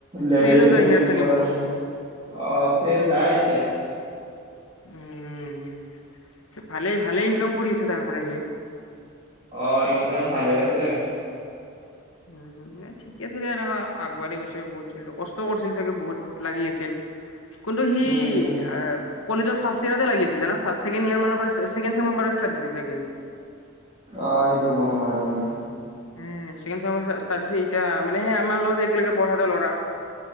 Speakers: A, on the right; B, on the left.
A: লেবেলিং
B: চেলো যায়
A: চেভেলিং
B: সিয়াৰ চাগে
A: কৰাৰ
B: বহুত
A: মেচি, অ' চেল
B: উম,
A: যায় এতিয়া।
B: উম, ভালেই ভালেই ইনকাম কৰি আছে তাৰ পৰা সি।
A: অ', ইনকাম ভালে আছে।
B: উম। ঠিক আছিলে এনেকা আগবাঢি গৈছে বহুত চলিটো কষ্ট কৰিছিল চাগে বহুত লাগি আছিল। কিন্তু সি
A: উম, উম,
B: আহ কলেজৰ ফাৰ্ষ্ট ইয়াৰতে লাগি আছিল জানা ছেকেণ্ড ইয়াৰ ছেকেণ্ড চেমৰ পৰা ষ্টাৰ্টট দিছিল চাগে সি।
A: অ', সেইটো বনোৱা তুমি।
B: উম, ছেকেণ্ড ছেমৰ পৰা ষ্টাৰ্টট দিছে সেই আমাৰ লগতে একেলগে পঢ়াতে ল'ৰা।